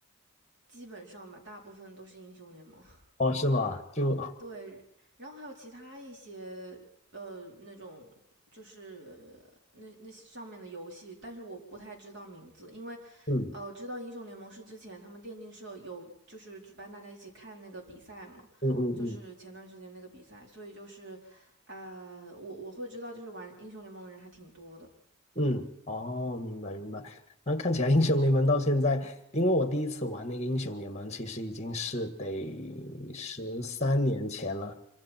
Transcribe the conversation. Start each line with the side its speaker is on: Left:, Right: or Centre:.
Right: 基本上吧，大部分都是英雄联盟。
Left: 哦，是吗？就
Right: <laughs> 对，然后还有其他一些呃那种就是呃那那上面的游戏，但是我不太知道名字，因为。
Left: 嗯
Right: 呃，知道英雄联盟是之前他们电竞社有就是举办大家一起看那个比赛嘛，
Left: 嗯嗯嗯
Right: 就是前段时间那个比赛，所以就是，呃，我我会知道就是玩英雄联盟的人还挺多的，
Left: 嗯，哦，明白明白。那看起来英雄联盟到现在，因为我第一次玩那个英雄联盟，其实已经是得十三年前了。